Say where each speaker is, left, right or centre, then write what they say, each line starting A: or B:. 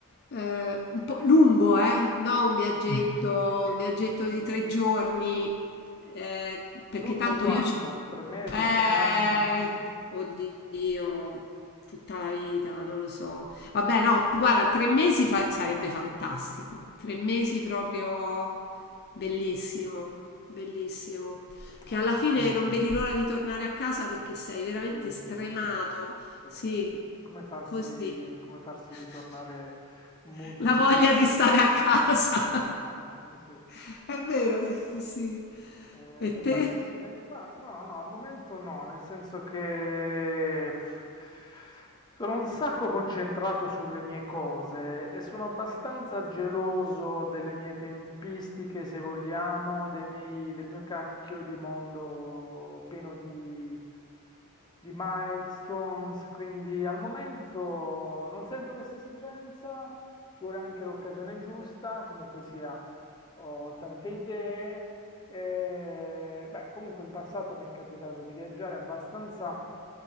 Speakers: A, on the left (about 45°); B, on the left (about 20°).
A: Eh, un po' lungo, eh? No, un viaggetto, un viaggetto di tre giorni, eh, perché
B: lungo
A: tanto
B: quanto?
A: io ci
B: Tre mesi,
A: eh,
B: tre anni?
A: oddio, tutta la vita, non lo so. Vabbè, no, guarda, tre mesi fa- sarebbe fantastico. Tre mesi proprio bellissimo, bellissimo. Che alla
B: Ottimo,
A: fine non vedi l'ora di tornare a casa perché sei veramente
B: addirittura.
A: stremato.
B: Sì,
A: Sì,
B: vedi. Come farsi,
A: così.
B: come farsi
A: <laughs>
B: ritornare mood
A: La
B: positivo?
A: voglia di stare
B: Esatto,
A: a casa.
B: è semplice, <laughs> sì.
A: <laughs> È vero, sì, sì. sì.
B: Eh,
A: E
B: nei
A: te?
B: bal- ne- ma no, no, al momento no, nel senso che pff, sono un sacco concentrato sulle mie cose e sono abbastanza geloso delle mie tempistiche, se vogliamo, dei miei- del mio cacchio di mondo pieno di, di milestones, quindi al momento non sento questa esigenza, ci vuole anche l'occasione giusta, comunque sia, ho tante idee. E, beh, comunque in passato mi è capitato di viaggiare abbastanza